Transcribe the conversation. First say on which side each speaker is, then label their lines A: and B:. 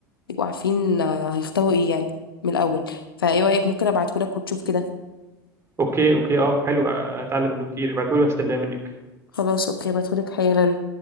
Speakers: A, on the left; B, on the right.
A: يبقوا عارفين آه، هيختاروا ايه يعني من الاول فايه رايك ممكن ابعتهولك وتشوف كده
B: اوكي اوكي اه حلو آه، هتعلم منه كتير ابعتولي واستناه منك
A: خلاص اوكي ابعتهولك حالا